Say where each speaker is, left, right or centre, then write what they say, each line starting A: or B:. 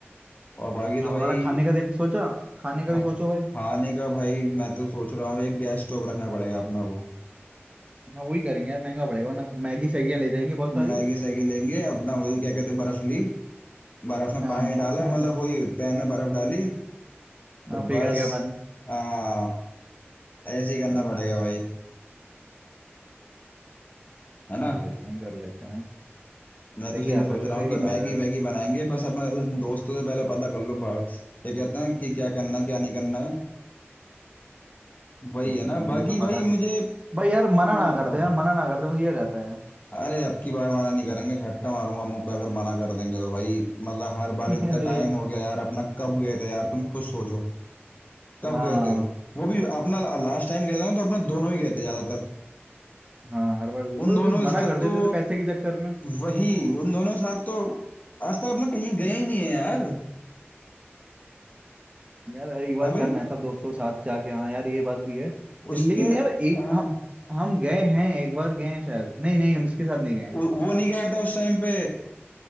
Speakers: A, on the left; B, on the right.
A: और बाकी
B: हमारा
A: तो भाई
B: खाने का देख सोचा खाने
A: खा-
B: का भी सोचो भाई
A: खाने का भाई मैं तो सोच रहा हूँ एक गैस स्टोव रखना पड़ेगा अपना को
B: हाँ वही करेंगे यार महंगा पड़ेगा ना मैगी सैगियां ले जाएंगे बहुत सारी
A: मैगी सैगी लेंगे अपना वही क्या कहते हैं, बर्फ ली बर्फ में
B: हाँ
A: पानी डाला
B: <laughs>
A: मतलब वही पैन में बर्फ डाली
B: हाँ
A: तो बस
B: पिघल गया पानी
A: आ, ऐसे ही करना
B: हम्म,
A: पड़ेगा भाई है ना
B: कर लेते हैं कर लेते हैं
A: मैं
B: सही
A: तो सही
B: है आप
A: ये सोच
B: ऐसे
A: रहा
B: सही
A: हूँ कि
B: बता
A: मैगी
B: रहे हो यार
A: वैगी बनाएंगे बस अपना उस दोस्तों से पहले पता कर लो बाहर ये कहते हैं कि क्या करना क्या नहीं करना है वही है
B: यार,
A: ना बाकी
B: ये तो पता
A: भाई मुझे
B: भाई यार
A: टोटल
B: मना ना
A: बताओ
B: कर दे यार मना ना कर दे बस ये रहता है
A: अरे अब की बार मना नहीं करेंगे झपटा मारूंगा मुंह पे अगर मना कर देंगे तो भाई मतलब हर बार
B: <laughs>
A: इतना
B: अरे
A: टाइम हो गया यार अपना कब गए थे यार तुम खुद सोचो
B: हाँ
A: कब गए थे वो भी अपना लास्ट टाइम गए थे ना तो अपना दोनों ही गए थे ज्यादातर
B: हाँ हर बार वही
A: उन दोनों
B: वही
A: के
B: मना
A: साथ
B: कर देते
A: तो
B: थे पैसे के चक्कर में
A: वही उन दोनों के साथ तो आज तक अपना कहीं गए ही नहीं है यार
B: यार एक बार
A: हाँ भाई
B: करना है सब दोस्तों के साथ जाके हाँ यार ये बात भी है
A: उसके
B: लेकिन यार एक
A: हाँ
B: हम हम गए हैं एक बार गए हैं शायद नहीं नहीं हम इसके साथ नहीं गए हैं
A: वो वो नहीं गया था उस टाइम पे